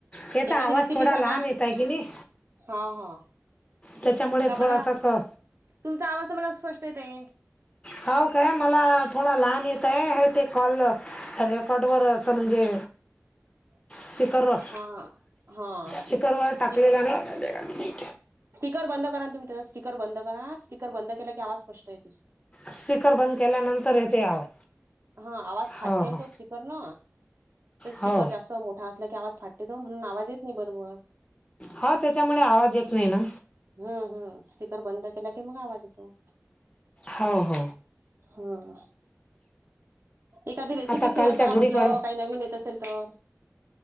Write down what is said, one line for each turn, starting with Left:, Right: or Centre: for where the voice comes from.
Left: तेचा
Right: एखादी
Left: आवाज
Right: रेसिपी
Left: थोडा
Right: सांगा.
Left: लहान येताय की नाही.
Right: हा हा.
Left: त्याच्यामुळे
Right: का
Left: थोडासा
Right: बरं?
Left: क
Right: तुमचा आवाज मला स्पष्ट येत आहे.
Left: हाव काय मला थोडा लहान येत आहे. हे ते कॉल रेकॉर्ड वर असं म्हणजे
Right: <inaudible>
Left: स्पीकरवर,
Right: हा. हा.
Left: स्पीकरवर
Right: स्पीकर
Left: टाकलेला नाही.
Right: स्पीकर बंद करा ना तुम्ही त्याचा स्पीकर बंद करा स्पीकर बंद केला की आवाज स्पष्ट येते.
Left: स्पीकर बंद केल्यानंतर येते आवाज.
Right: हां आवाज फाटते
Left: हो हो
Right: ना तो स्पीकरन तर स्पीकर
Left: हो
Right: जास्त- मोठा असला की आवाज फाटते ना म्हणून आवाज येत नाही बरोबर.
Left: हाव त्याच्यामुळे आवाज येत नाही ना.
Right: हम्म हम् स्पीकर बंद केला कि मग आवाज येतो.
Left: हो हो
Right: हम्म... एखादी रेसिपी
Left: आता कालच्या
Right: शेअर करा
Left: गुढीपाडवा
Right: म्हटलं काही नवीन येत असेल तर?